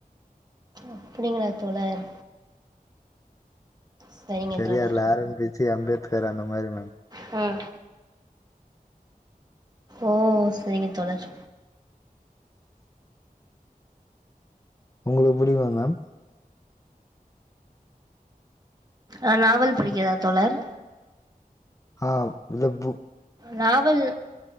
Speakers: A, on the right; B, on the left.
A: அப்புடிங்களா தோழர் சரிங்க
B: பெரியார்ல
A: தோழர்
B: ஆரம்பிச்சு அம்பேத்கர் அந்த மாரி மேம்
A: ம் ஓ செரிங்க தோழர்
B: உங்குளுக் புடிக்குமா மேம்
A: ஆ நாவல் படிக்கிர்தா தோழர்
B: ஆ இந்த புக்
A: நாவல்